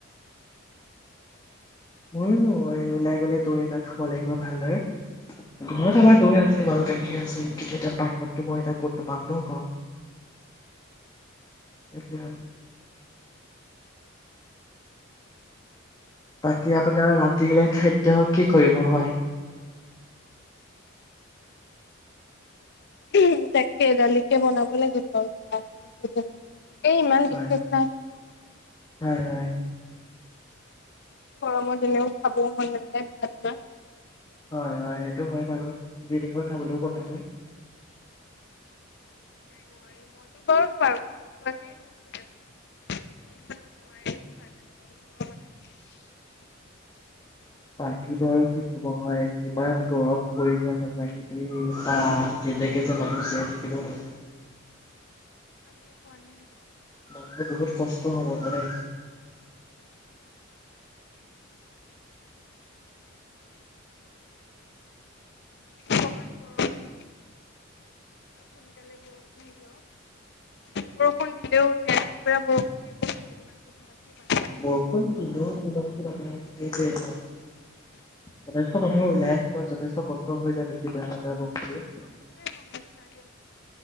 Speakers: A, on the left; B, on the left.
A: ময়ো ওলাই গলে দৈ এটা খাব লাগিব ভালদৰে ঘৰত আমাৰ দৈ আছে বাৰু গাখীৰ আছে কিন্তু এতিটা বাহিৰতো মই এটা কত নোাপাম ন আক এয়া আৰু বাকী আপোনাৰ ৰাতিলে খাদ্য কি কৰিব হয়
B: অ তাকে দালিকে বনাব লাগিব আৰু কিবা এ এই ইমান
A: হয়
B: বিশেষ নাই
A: হয় হয়
B: গৰমৰ এনেও খাবও মন নাযায় ভাত বা
A: হয় হয় সেইটো হয় বাৰু যি তি খাবলৈ ও মন নাযায়
B: নোৱাৰি মইতো বাৰু পাৰো নোখোৱাক মোৰ ঠিক কিবা এটা ন
A: বাকী বো আৰু কি কব হয় ইমান গৰম পৰি যায় সঁচ খেতি ত কেনেকে যে মানুহ জীয়াই থাকিব ন
B: তুমি খোৱানে
A: মানুহে বহুত কষ্ট হ'ব যানে
B: অকমান গৰমটো সাল বৰষুণ দিয় বৰষুণ দিলেও নে পৰা বৰষুণ দিবহু কেইদিনমান পিছত আে
A: বৰষুণ দিলেও আপোনাৰ সেইটোৱে হয় যথেষ্ট মানুহে ওলাই আহি যথেষ্ট কষ্ট হৈ যায় বেছিা বৰষুন দিলে
B: চবফালে সমস্যা দিয়া